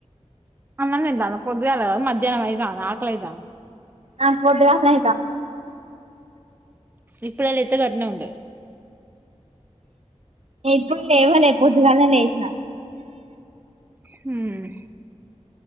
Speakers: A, on the right (about 15°); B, on the right (about 65°).
A: అన్నం తిన్నటవ పొదు అల మ మధ్యాహ్నం ఇతా అక్ల ఇదా
B: నాకుపోద్దుగా కా
A: ఇప్పుడులా ఎంత కఘట్న ఉండ
B: ఇప్పుడు లేవలే పొద్దుగానే లేసిన
A: హమ్